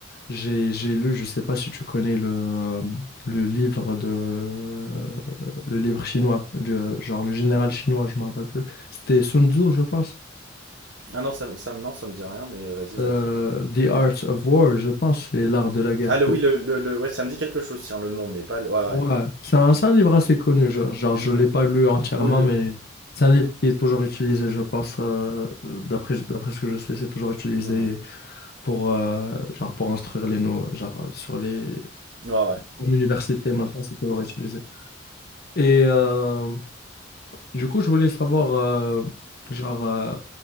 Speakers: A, on the left; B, on the right.
A: j'ai j'ai lu, je sais pas si tu connais le, euh, le livre de le livre chinois, de, genre le général chinois, je me rappelle plus. C'était Sun Tzu, je pense.
B: Ah non, ça, me- ça, me- non, ça me dit rien, mais vas-y, vas-y.
A: Euh, The Art of War, je pense, c'est l'art de la guerre.
B: Ah le oui, le, le, le- ouais, ça me dit quelque chose, tiens, le nom, mais pas le. Ouais, ouais.
A: Ouais, c'est un, c'est un livre assez connu. Genre, genre je
B: Mhm.
A: ne l'ai pas lu entièrement,
B: Oui, oui.
A: mais c'est un livre qui est toujours utilisé, je pense. euh, d'après, d'après ce que je sais, c'est toujours utilisé
B: Mhm.
A: pour, euh, genre pour instruire les nouveaux. Genre, euh, sur les...
B: Ouais, ouais.
A: En université, maintenant, c'est toujours utilisé. Et euh, du coup, je voulais savoir, euh, genre, euh,